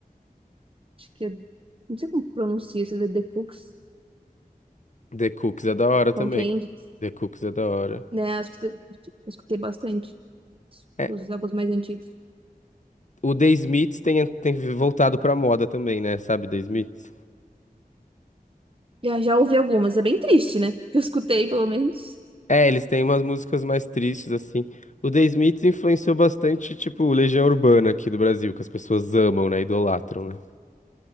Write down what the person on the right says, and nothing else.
Acho que. é- Não sei como pronuncia isso, The The Cooks.
Falam
que é indie.
Né? Eu escutei, eu escutei bastante
os álbuns mais antigos.
Já, já ouvi algumas. É bem triste, né? Que eu escutei, pelo menos.